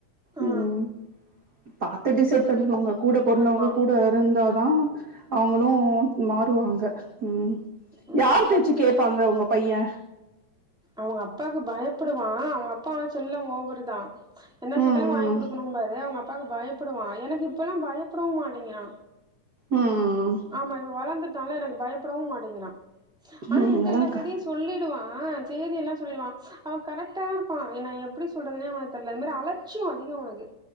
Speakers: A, in the centre; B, on the right.
A: ஆ
B: ம் பாத்து டிசைட்
A: அப்ப
B: பண்ணிகோங்க கூட பொறந்தவங்க
A: ஆமா
B: கூட இருந்தா தா அவுங்களு மாறுவாங்க ம்
A: ம்
B: யார் பேச்சு கேப்பாங்க உங்க பையெ
A: அவுங்க அப்பாக்கு பயப்படுவா அவுங்க அப்பாவோ செல்லோ ஓவருதா என்ன
B: ம்
A: கேட்டாலு வாங்கி குடுக்கணோம்பாரு அவுங்க அப்பாவுக்கு பயப்படுவா எனக்கு இப்பல்லா பயப்படவு மாட்டீங்கிறா
B: ம் ம்
A: ஆமா இப்ப வளந்துட்டால எனக்கு பயப்படவு மாட்டேங்கிறா ஆனா
B: ம்
A: என்ட்ட
B: அதான்க்கா
A: எல்லா செய்தியு சொல்லிடுவா செய்தி எல்லா சொல்லிடுவா அவ கரெக்டாதா இருப்பா என்ன எப்டி சொல்றதுனே உனக்கு தெர்ல அது மாரி அலட்சியோ அதிகோ அவனுக்கு